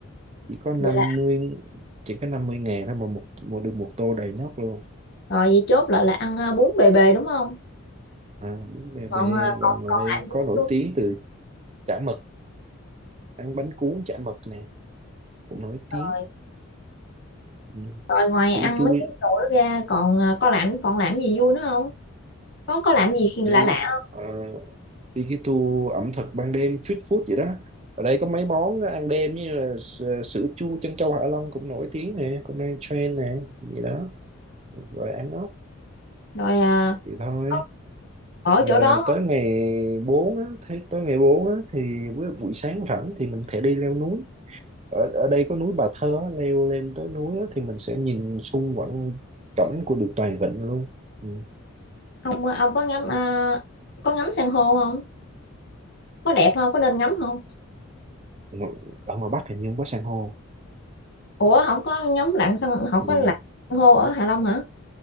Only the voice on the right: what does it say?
chỉ có năm
mươi chỉ có năm mươi ngàn thôi mà một, một được một tô đầy nhóc luôn
à bún bề
bề
là
ngoài
đây
có
nổi
tiếng từ chả mực ăn bánh cuốn chả mực nè cũng nổi
tiếng ừ.
sữa
chua
đi
ờ, đi cái tour ẩm thực ban đêm street food vậy đó ở đây có mấy món ăn đêm như là s- sữa chua trân châu Hạ Long cũng nổi tiếng nè cũng đang trend nè gì đó rồi ăn ốc
vậy thôi
Ờ,
tới ngày 4, á, thế tới ngày 4 á, thì buổi, buổi sáng rảnh thì mình thể đi leo núi ở ở đây có núi Bà Thơ á, leo lên tới núi á, thì mình sẽ nhìn xung quanh cảnh của được toàn vịnh luôn Ừ.
ngo- ở ngoài Bắc hình như không có san hô
ừ,